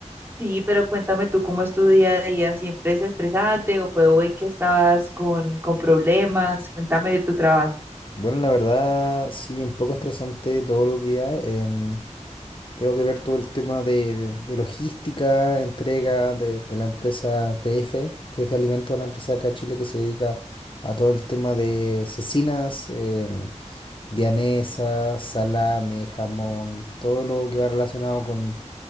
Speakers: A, on the right; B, on the left.
A: Sí, pero cuéntame tú cómo es tu día a día. ¿Siempre es estresante o fue hoy que estabas con, con problemas? Cuéntame de tu trabajo.
B: Bueno, la verdad, sí, un poco estresante todos los días. em, tengo que ver todo el tema de, de logística, entrega de, de la empresa PF, PF Alimentos, una empresa acá en Chile que se dedica a todo el tema de cecinas. em, Vianesa, salame, jamón, todo lo que va relacionado con,